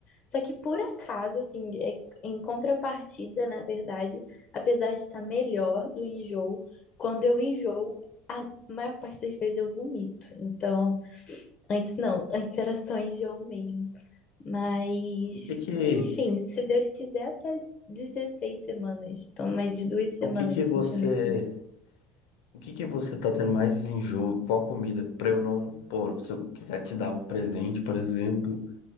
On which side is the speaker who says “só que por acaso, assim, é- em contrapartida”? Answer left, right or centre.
Left